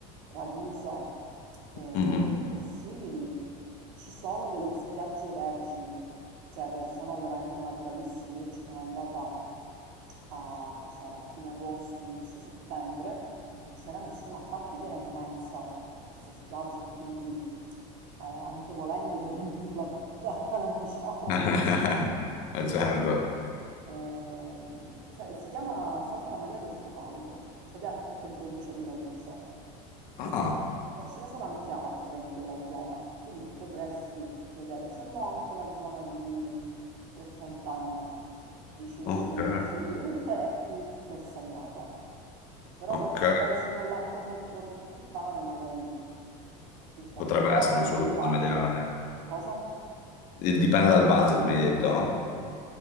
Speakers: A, on the right; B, on the left.
A: Ragusa e,
B: Mhm.
A: e simili, ci sono delle spiagge vergini, cioè che sono veramente naturalissime. Io ci sono andata a, cos'era, a fine agosto, inizio settembre e non c'era nessuno, a parte che era immensa questa spiaggia e quindi eh, anche volendo per riempirla tutta, <laughs> diciamo
B: <laughs>
A: che...
B: Eh, certo.
A: Ehm, sa- si chiama Santa Maria del Focallo ed è appunto in provincia di Ragusa
B: Ah,
A: e ce ne sono anche altre in quella zona, quindi potresti vedere, se no anche la zona di Tre Fontane, vicino
B: ok,
A: Selinu- Selinunte è più bersagliata, però
B: ok.
A: qualche paesino là attorno tipo Tre Fontane magari più fatti,
B: Potrebbe
A: però
B: essere
A: è meno
B: una soluzione
A: selvaggio.
B: ideale.
A: Cosa?
B: Eh, Dipende dal budget, mi hai detto?